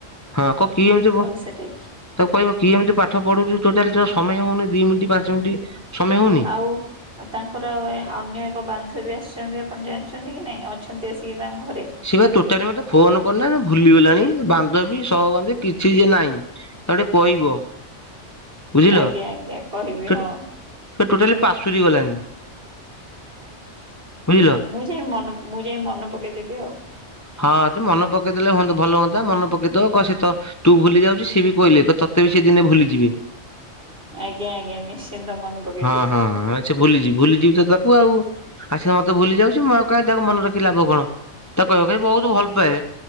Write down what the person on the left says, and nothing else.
ହଁ କହ କି ଏମିତି ପୁଅ
ତାକୁ କହିବ କି ଏମତି ପାଠ ପଢୁଚୁ ଟୋଟାଲି ସମୟ ହଉନି ଦି ମିନିଟ୍ ପାଞ୍ଚ ମିନିଟ୍ ସମୟ ହଉନି
ସିଏ ବା ତୋଟଲି ମତେ ଫୋନ କରଲେ ଭୁଲିଗଲାଣି ବାନ୍ଧବ ସହ ବାନ୍ଧବି କିଛି ଯେ ନାହିଁ। ତାଟେ କହିବ ବୁଝିଲ
ସେ
ସେ ଟୋଟାଲି ପାଶୁରି ଗଲାଣି। ବୁଝିଲ।
ହଁ ତୁ ମନ ପକେଇଦଲେ ଭଲ ହୁଅତା ଭଲ ହୁଅନ୍ତା ମନ ପକେଇଦବ କ ସେତ ତୁ ଭୁଲି ଯାଉଛୁ ସି ବି କହିଲେ ତତେ ବି ସେ ଦିନେ ଭୁଲିଯିବେ।
ହଁ
ହଁ ସେ ଭୁଲିଯିବି ଭୁଲିଯିବି ତ ତାକୁ ଆଉ ଆସ ମତେ ଭୁଲି ଯାଉଛି ମୁଁ ଆଉ କାହିଁ ତାକୁ ମନେ ରଖିଲ ଲାବ କଣ? ତାକୁ କହିବ କାଇଁ ବହୁତ ଭଲ ପାଏ,